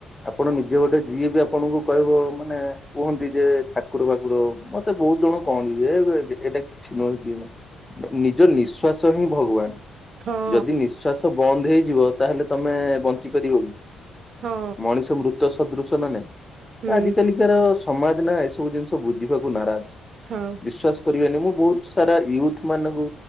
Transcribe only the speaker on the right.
ହଁ
ହଁ
ହୁଁ
ହଁ